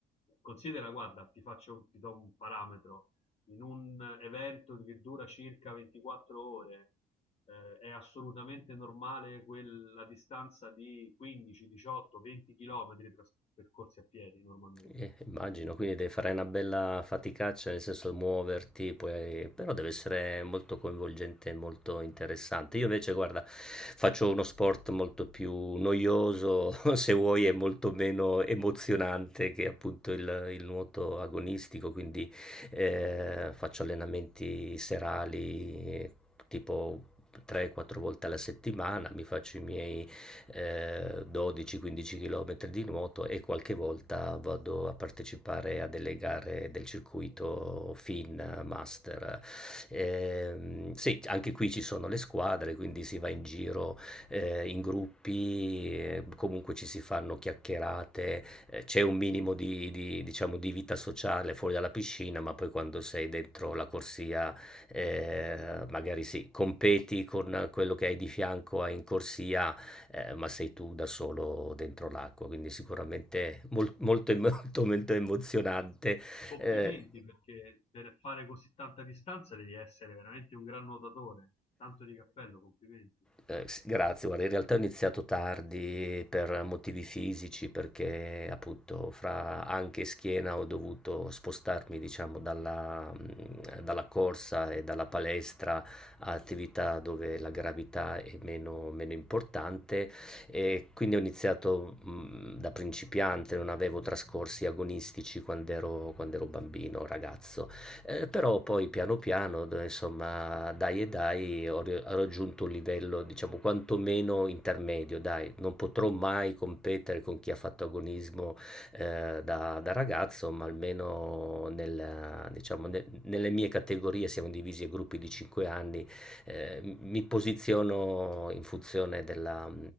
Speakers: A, on the left; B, in the centre.
A: considera, guarda, ti faccio, ti do un parametro, in un evento che dura circa 24 ore, eh, è assolutamente normale quella distanza di 15, 18, 20 km tras- percorsi a piedi normalmente.
B: Eh, immagino, quindi devi fare una bella faticaccia, nel senso muoverti, poi- però deve essere molto coinvolgente e molto interessante. Io invece, guarda, faccio uno sport molto più noioso, <laughs> se vuoi, è molto meno emozionante che appunto il, il nuoto agonistico, quindi eh, faccio allenamenti serali, eh, tipo 3-4 volte alla settimana, mi faccio i miei eh, 12-15 km di nuoto e qualche volta vado a partecipare a delle gare del circuito FIN Master. Eh, sì, anche qui ci sono le squadre, quindi si va in giro eh, in gruppi, eh, comunque ci si fanno chiacchierate, eh, c'è un minimo di, di, diciamo, di vita sociale fuori dalla piscina, ma poi quando sei dentro la corsia eh, magari sì, competi con quello che hai di fianco in corsia eh, ma sei tu da solo dentro l'acqua, quindi sicuramente mol- molto, <laughs> molto, molto emozionante.
A: Complimenti
B: Eh,
A: perché per fare così tanta distanza devi essere veramente un gran nuotatore. Tanto di cappello, complimenti.
B: Eh, s- grazie, guarda, in realtà ho iniziato tardi per motivi fisici, perché appunto fra anche e schiena ho dovuto spostarmi, diciamo, dalla, mh, dalla corsa e dalla palestra a attività dove la gravità è meno, meno importante e quindi ho iniziato mh, da principiante, non avevo trascorsi agonistici quando ero, quando ero bambino, ragazzo. Eh, però poi piano piano, d- insomma, dai e dai, ho, ri- ho raggiunto un livello, diciamo, quantomeno intermedio, dai, non potrò mai competere con chi ha fatto agonismo eh, da, da ragazzo, ma almeno nella- diciamo, ne- nelle mie categorie siamo divisi a gruppi di 5 anni, eh, mi posiziono in funzione della,